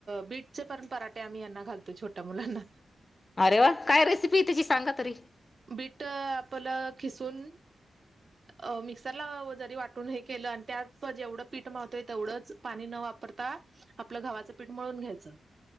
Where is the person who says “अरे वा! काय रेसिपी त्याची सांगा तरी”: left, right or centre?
Left